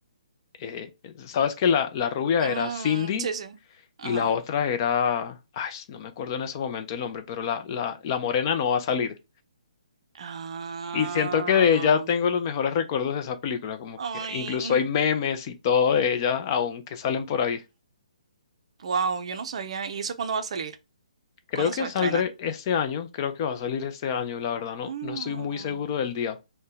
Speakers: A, on the left; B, on the right.
A: eh, ¿sabes que la, la rubia
B: Mm,
A: era Cindy
B: sí, sí. Ajá.
A: y la otra era... Ay, no me acuerdo en ese momento el nombre, pero la, la, la morena no va a salir.
B: Ah.
A: Y siento que de ella tengo los mejores recuerdos de esa película, como
B: Ay.
A: que incluso hay memes y todo de ella aún que salen por ahí.
B: Wow, yo no sabía. ¿Y eso cuándo va a salir?
A: Creo
B: ¿Cuándo
A: que
B: se va
A: saldré
B: a estrenar?
A: este año, creo que va a salir este año, la verdad no,
B: Mm,
A: no estoy muy seguro del día,